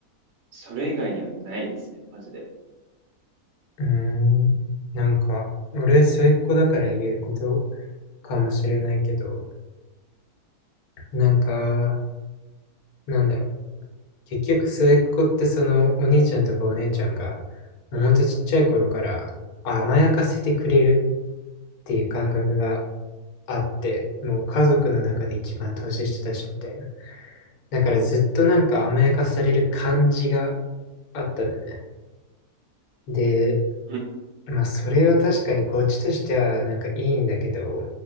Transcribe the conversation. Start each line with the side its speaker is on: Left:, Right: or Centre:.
Right: それ以外にはないですね、マジで。
Left: うーん。なんか、俺、末っ子だから言えることかもしれないけど、なんか、なんだろう。結局、末っ子ってその、お兄ちゃんとかお姉ちゃんが、もうほんとちっちゃい頃から甘やかせてくれるっていう感覚があって、もう家族の中で一番年下だし、みたいな。だからずっとなんか甘やかされる感じがあったのね。で、
Right: うん、
Left: まあ、それは確かにこっちとしてはなんかいいんだけど、